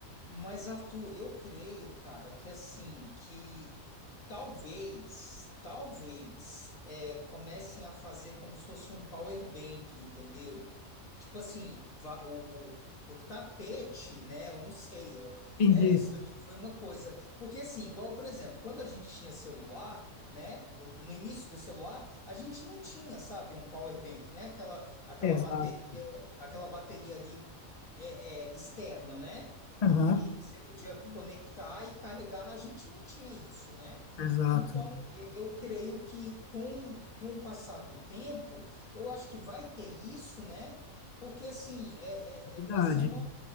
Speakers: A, on the left; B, on the left.
A: Mas, Arthur, eu creio, cara, que assim, que talvez, talvez, é, comecem a fazer como se fosse um power bank, entendeu? Tipo assim, va- o, o, o tapete, né? Eu não sei, eu-
B: Entendi.
A: é, isso aqui foi uma coisa. Porque assim, igual, por exemplo, quando a gente tinha celular, né? No início do celular, a gente não tinha, sabe, um power bank, né? Aquela, aquela
B: Exato.
A: bateria, aquela bateria ali é, é, externa, né?
B: Aham,
A: que você podia conectar e carregar, a gente não tinha isso, né?
B: exato.
A: Então, e- eu creio que com, com o passar do tempo, eu acho que vai ter isso, né? Porque assim, é,
B: Verdade.
A: é- é- vai ser uma,